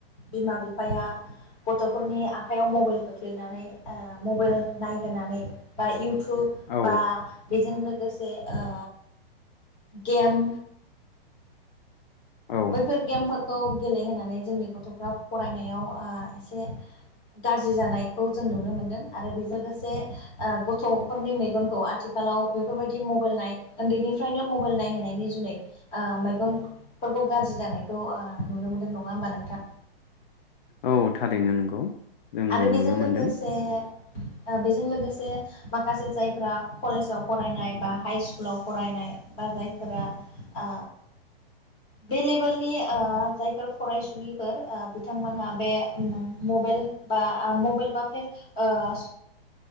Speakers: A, on the left; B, on the left.
A: बिमा बि फाया गथ'फोरनि आखाइयाव मबाइल खोख्लैनानै ओ मबाइल नायहोनानै बा इउटु ब
B: औ
A: बा बेजों लो गोसे ओ गेम
B: औ
A: बैफोर गेम फोर खौ गेलेहोनानै जोंनि गथ'फ्रा फरायनायाव आ एसे गाज्रि जानायखौ जों नुनो मोनदों आरो बेजों लोगोसे ओ गथ'फोरनि मेगनखौ आथिखालाव बेफोरबायदि मबाइल नाय उन्दैनिफ्रायनो मबाइल नायहोनायनि जुनै आ मेगन फोरखौ गाज्रि जानायखौ ओ नुनो मोन्दों नङा होमबा नोंथां?
B: औ थारैनो नंगौ। जोङो
A: आरो बेजों
B: नुनो मोनदों
A: लोगोसे ओ बेजों लोगोसे माखासे जायफोरा कलेजाव फरायनाय बा हाइ स्कुलाव फरायनाय बा जायफोरा आ बे लेभेलनि ओ जायफोर फरायसुलिफोर ओ बिथांमोनहा ओ बे उम मबेल बा मबाइल बा फेस ओ